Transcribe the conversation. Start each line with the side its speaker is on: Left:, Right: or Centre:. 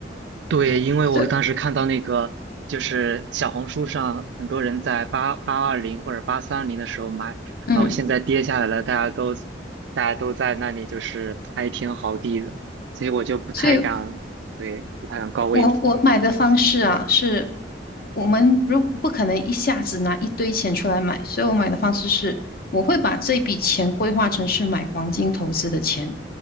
Right: 对，因为我当时看到那个，
Left: 这
Right: 就是小红书上很多人在八八二零或者八三零的时候买，
Left: 嗯
Right: 然后现在跌下来了，大家都大家都在那里就是哀天嚎地的，所以我就不太敢，
Left: 所以
Right: 对，不太敢高位。
Left: 我我买的方式啊，是我们如不可能一下子拿一堆钱出来买，所以我买的方式是，我会把这笔钱规划成是买黄金投资的钱，